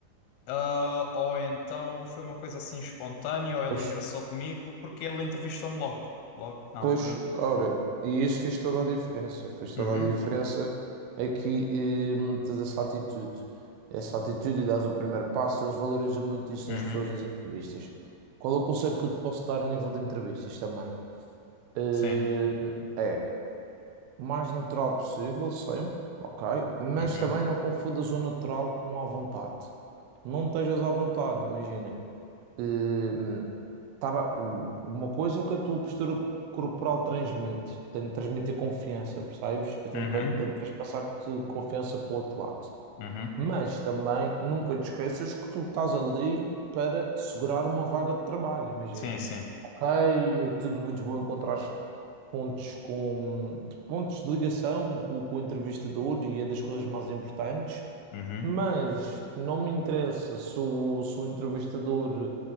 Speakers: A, on the left; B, on the right.
A: ah, ou então foi uma coisa assim espontânea, ou ele
B: Pois,
A: engraçou comigo porque ele entrevistou-me logo, logo na
B: pois,
A: altura.
B: olha, e isso fez toda a diferença, fez toda
A: Uhum,
B: a diferença aqui eh, tens essa atitude, essa atitude e dás o primeiro passo, eles valorizam muito isso
A: uhum,
B: nas pessoas, nas entrevistas. Qual é o conselho que eu te posso dar a nível de entrevistas também? Eh,
A: sim,
B: é, o mais natural possível, sempre, ok, mas
A: uhum,
B: também não confundas o natural com a vontade. Não estejas à vontade, imagina. Hum, tava- uma coisa é o que a tua postura corporal transmite. Tem de transmitir confiança, percebes? E tem
A: uhum,
B: de, pa- tem de transpassar-te confiança para o outro lado.
A: uhum,
B: Mas também nunca te esqueças que tu estás ali para segurar uma vaga de trabalho, imagina.
A: sim, sim,
B: Ok, é tudo muito bom encontrar pontos com pontos de ligação com, com o entrevistador e é das coisas mais importantes,
A: uhum.
B: mas não me interessa se o, se o entrevistador,